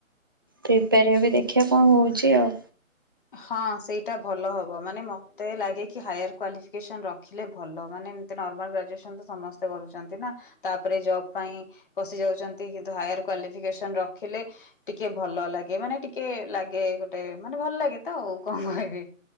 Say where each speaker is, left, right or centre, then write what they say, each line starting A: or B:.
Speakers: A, on the right (about 15°); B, on the left (about 40°).
A: ପ୍ରିପେୟାର ହେବ ଦେଖିବା କଣ ହେଉଛି ଆଉ
B: ହଁ ସେଇଟା ଭଲ ହବ ମାନେ ମତେ ଲାଗେ କି ହାୟାର କ୍ୱାଲିଫିକେସନ ରଖିଲେ ଭଲ ମାନେ ନର୍ମାଲ ଗ୍ରାଜୁଏସନ ତ ସମସ୍ତେ କରୁଛନ୍ତି ନା ତାପରେ ଜବ୍ ପାଇଁ ପଶି ଯାଉଛନ୍ତି କିନ୍ତୁ ହାୟାର କ୍ଵାଲିଫିକେସନ ରଖିଲେ ଟିକେ ଭଲ ଲାଗେ ମାନେ ଟିକେ ଲାଗେ ଗୋଟେ ମାନେ ଭଲ ଲାଗେ ତ ଆଉ କଣ କହିବି